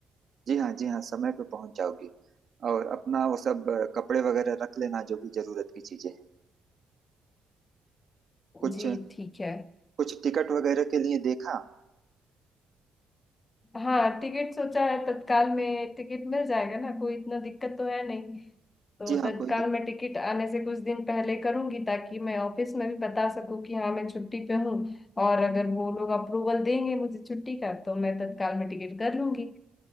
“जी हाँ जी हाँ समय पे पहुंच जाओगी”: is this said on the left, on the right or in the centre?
Right